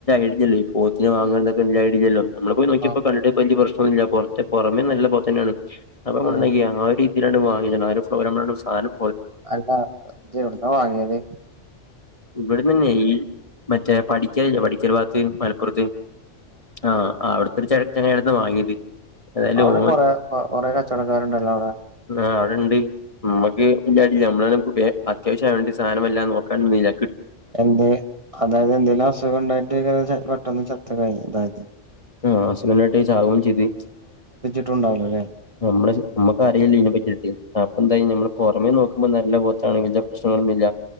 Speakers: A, on the left; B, on the right.
A: ഐഡിയല്ലോ ഈ പോത്തിന് വാങ്ങെ വല്ല ഐഡിയില്ലല്ലോ. നമ്മള് പോയി നോക്കിയപ്പോ
B: ആഹ്
A: കണ്ടിട്ട് വലിയ പ്രശ്നൊന്നുല്ല പുറത്തെ പുറമെ നല്ല പോത്തന്നെയാണ് അപ്പ നമ്മണ്ടാക്കിയ
B: ആഹ്
A: ഒരു. രണ്ട് വാ ആ ഒരു ഫ്ല സാനും.
B: അല്ല എവിടുന വാങ്ങിയത്.
A: ഇവിടന്നന്നെ ഈ മറ്റേ പഠിക്കലില്ല പഠിക്കൽ ഭാഗത്ത്. ആഹ് അവിടുത്തെരു ചങ്ങായിടെര്ത്ത്ന്ന വാങ്ങിയത്. ഏതായാലും
B: അവിടെ
A: ഓൻ
B: കൊറെ കൊറെേ കച്ചവടക്കാരുണ്ടല്ലോ അവിടെ.
A: ആ അവിടെണ്ട് മ്മക്ക് ഇല്ലാ നമ്മള അത്യാവശ്യ ആയോണ്ട് സാധനം വല്ലാതെ നോക്കാനിന്നില്ല.
B: എ അതായത് എന്തേങ്കിലും അസുഖം ഉണ്ടായിട്ടക്കാരം പെട്ടെന്ന് ചത്തതെയ് അതായത്.
A: ആഹ് അസുഖംണ്ടായിട്ട് ചാവും ചെയതി.
B: ട്ടുണ്ടാവോലെ അല്ലെ.
A: നമ്മള് നമ്മുക്ക് അറീല്ല ഇതിനെ പറ്റി അപ്പൊ എന്തായി. ഞമ്മ സമയ നോക്കുമ്പോ നല്ല പോത്താണെങ്കി പ്രശ്നങ്ങളൊന്നും ഇല്ല